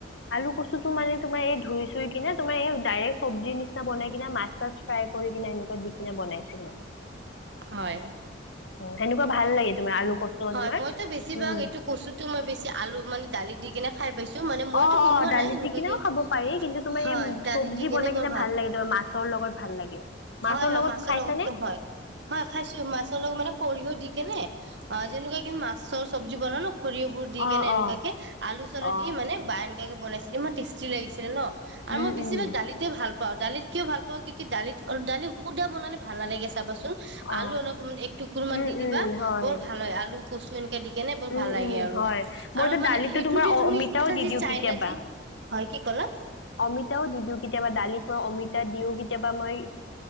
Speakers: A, on the left (about 70°); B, on the right (about 65°).
A: আলু, কচুটো মানে তোমাৰ এই ধই চুই কিনে তোমাৰ এই ডাইৰেক্ট চব্জিৰ নিচিনা বনাই কিনে মাছ চাছ ফ্ৰাই কৰি কেনে এনেকোৱা দি কিনে বনাইছিলো।
B: হয়।
A: হেনেকোৱা ভাল লাগে তোমাৰ আলু কচু
B: হয়
A: তোমাৰ
B: মইতো বেছিভাগ
A: উম
B: এইটো কচুতো মই বেছি আলু মানে দালিত দি কিনে খাই পাইছো মানে মইতো
A: অ',
B: বনোৱা
A: অ', দালিত
B: নাই এনেকুৱাকে
A: দি কিনেও খাব পাৰি কিন্তু তুমি
B: হয়
A: এই
B: দালি
A: চব্জি
B: দি কেনে
A: বনাই
B: বৰ
A: কিনে ভাল লাগে তুমি মাছ অৰ লগত ভাল লাগে।
B: হয় -হয়
A: লগত
B: মাছৰ
A: খাইছানে
B: লগততো হয়। হয় খাইছো মাছৰ লগত মানে সৰিয়হ দি কেনে অ, যেনেকোৱাকে মাছৰ চব্জি বনালো সৰিয়হবোৰ দি
A: অ
B: কেনে এনেকোৱাকে
A: অ
B: আলু চালু
A: অ
B: দি মানে বাইন <unintelligible> বনাইছিল ইমান টেষ্টি লাগিছিলে ন' আৰু
A: উম
B: মই বেছভাগ
A: উম
B: দালিতে ভাল পাওঁ দালিত কিয় ভাল পাও কি- কি দালিত দালি সুধা বনালে ভাল নালাগে চাবাচোন
A: অ
B: আলু অলপমান একটুকুৰ মান
A: উম
B: দি দিবা
A: উম হয়
B: বৰ ভাল হয় আলু কচু এনে <unintelligible> দি কেনে বৰ
A: উম
B: ভাল লাগে
A: উম
B: আৰু-আৰু
A: হয় মইতো
B: মানে
A: দালিতো
B: হেইটো
A: তোমাৰ
B: দি
A: অ
B: তুমি
A: অমিতাও
B: এটা
A: দি
B: যি
A: দিওঁ
B: চাই
A: কেতিয়াবা
B: না যি হয় কি ক'লা
A: অমিতাও দি দিও কেতিয়াবা দালিৰ পৰা অমিতা দিও কেতিয়াবা মই -